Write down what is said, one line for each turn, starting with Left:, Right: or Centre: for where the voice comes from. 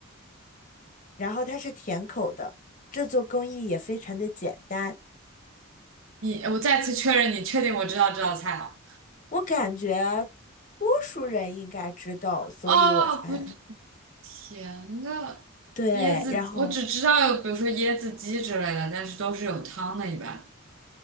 Left: 然后它是甜口的，制作工艺也非常的简单。
Right: 你，我再次确认，你确定我知道这道菜了？
Left: 我感觉多数人应该知道，所以我才。
Right: 哦，不对，甜的椰子，
Left: 对，然后
Right: 我只知道有，比如说椰子鸡之类的，但是都是有汤的，一般。